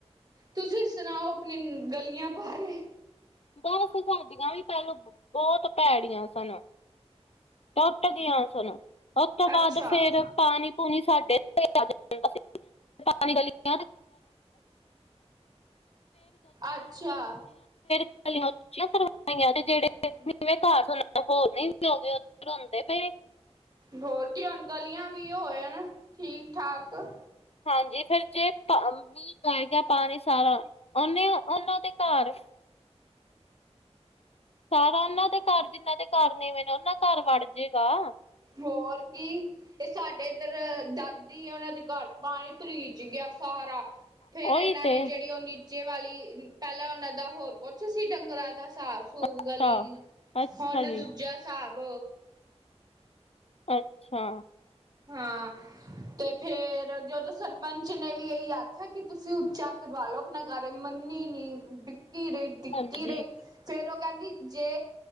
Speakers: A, on the right; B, on the left.
A: ਤੁਸੀਂ ਸੁਣਾਓ ਆਪਨੀ ਗਲੀਆਂ ਬਾਰੇ
B: ਬਸ ਸਾਡੀਆਂ ਵੀ ਪਹਿਲ ਬਹੁਤ ਭੈੜੀਆਂ ਸਨ। ਟੁੱਟ ਗਈਆਂ ਸਨ, ਉਸ ਤੋਂ ਬਾਅਦ
A: ਅੱਛਾ,
B: ਫੇਰ ਪਾਣੀ ਧਣੀ ਸਾਡੇ <unintelligible> ਪਾਣੀ ਗਲੀਆ
A: ਅੱਛਾ
B: <inaudible> ਗਲੀਆਂ ਉੱਚੀਆਂ ਕਰਵਾਈਆਂ ਤੇ ਜੇੜੇ ਨੀਵੇਂ ਘਰ ਸਨ ਉਹ ਹੋਰ ਨੀਵੇਂ ਹੋ ਗਏ ਉਹ ਰੋਂਦੇ ਪਏ ਨੇ।
A: ਹੋਰ ਕਿ ਹੁਣ ਗਲੀਆਂ ਵੀ ਹੋਏ ਹਨ ਠੀਕ-ਠਾਕ।
B: ਹਾਂਜੀ ਫੇਰ ਜੇ ਮੀਹ ਪੈ ਗਿਆ ਪਾਣੀ ਸਾਰਾ ਉਹਨਾਂ ਦੇ ਘਰ ਸਾਰਾ ਉਹਨਾਂ ਦੇ ਘਰ ਜਿੰਨਾਂ ਦੇ ਘਰ ਨੀਵੇਂ ਉਹਨਾ ਘਰ ਵੜ ਜੇਗਾ।
A: ਹੋਰ ਕੀ। ਇਹ ਸਾਡੇ ਇੱਧਰ ਦਾਦੀ ਆ, ਉਹਨਾਂ ਦੇ ਘਰ ਪਾਣੀ ਭਰੀਚ ਗਿਆ ਸਾਰਾ। ਫੇਰ
B: ਉਹੀ
A: ਇਹਨਾਂ
B: ਤੇ
A: ਨੇ, ਜਿਹੜੀ ਉਹ ਨੀਚੇ ਵਾਲੀ ਪਹਿਲਾਂ ਉਹਨਾਂ ਦਾ ਹੋਰ ਕੁਛ ਸੀ, ਡੰਗਰਾਂ ਦਾ? ਹਿਸਾਬ ਸੂਬ
B: ਅੱਛਾ
A: ਗਲੀ,
B: ਅੱਛਾ
A: ਹੁਣ
B: ਜੀ
A: ਦੂਜਾ ਹਿਸਾਬ
B: ਅੱਛਾ।
A: ਹਾਂ। ਤੇ ਫੇਰ ਜਦੋਂ ਸਰਪੰਚ ਨੇ ਵੀ ਇਹੀ ਆਖਿਆ, ਕਿ ਤੁਸੀਂ ਉੱਚਾ ਕਰਵਾ ਲਉ। ਕਰ ਮੰਨੀ ਨਹੀਂ, ਡਿੱਕੀ ਰਹੀ, ਡਿੱਕੀ
B: ਹਾਂਜੀ
A: ਰਹੀ ਫੇਰ ਉਹ ਕਹਿੰਦੀ ਜੇ